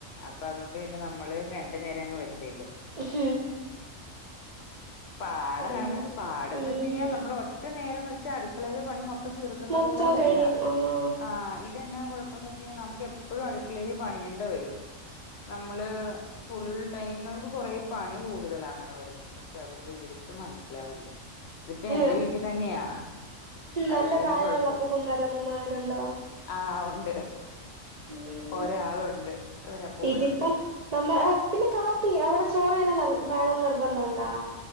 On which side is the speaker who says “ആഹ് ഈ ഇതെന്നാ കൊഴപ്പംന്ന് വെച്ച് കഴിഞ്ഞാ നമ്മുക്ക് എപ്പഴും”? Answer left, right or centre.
Left